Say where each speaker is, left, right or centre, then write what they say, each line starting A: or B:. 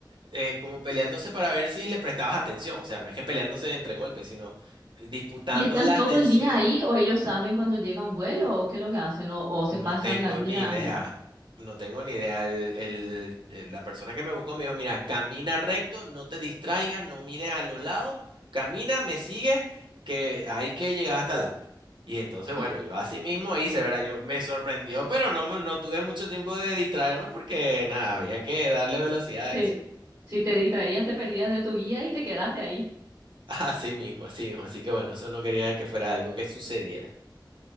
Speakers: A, on the right; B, on the right.
A: eh, como peleándose para ver si le prestabas atención. O sea, no es que peleándose entre golpes, sino disputando
B: ¿Y están
A: la
B: todo
A: atención.
B: el día ahí o ellos saben cuando llega un vuelo o qué es lo que hacen o, o se
A: No
B: pasan
A: tengo
B: la vida
A: ni idea.
B: ahí?
A: No tengo ni idea. El- el- el- la persona que me buscó me dijo, mira, camina recto, no te distraigas, no mires a los lados, camina, me sigues, que hay que llegar hasta el auto. Y entonces,
B: Dios,
A: bueno, yo así mismo hice, ¿verdad? Yo me sorprendió, pero no, me- no tuve mucho tiempo de distraerme porque nada, había que darle velocidad
B: sí.
A: a eso.
B: Si te distraías, te perdías de tu guía y te quedaste ahí.
A: Así mismo, así mismo. Así que bueno, eso no quería que fuera algo que sucediera.